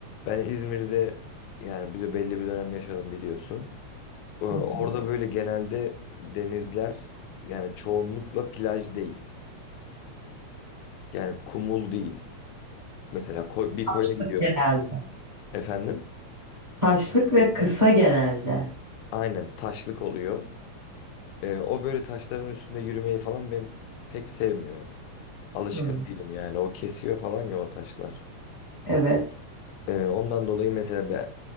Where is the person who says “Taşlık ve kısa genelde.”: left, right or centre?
Right